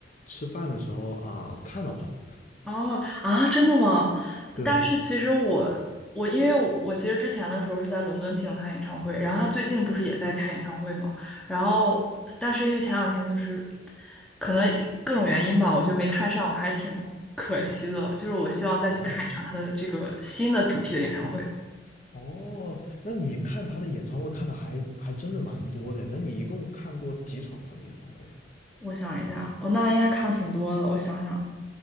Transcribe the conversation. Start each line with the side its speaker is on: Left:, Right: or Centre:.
Left: 吃饭的时候啊，看到他了
Centre: 哦啊，真的吗？
Left: 对，
Centre: 但是其实我我因为我，我其实之前的时候是在伦敦听他演唱会，然后他最近不是也在开演唱会嘛，然后但是因为前两天就是可能各种原因吧，我就没看上，我还挺可惜的。就是我希望再去看一场他的这个新的主题的演唱会。
Left: 哦，哦，那你看他的演唱会看的还还真的蛮多的。那你一共看过几场他的演唱会啊？
Centre: 我想一下，我那应该看挺多的。我想想，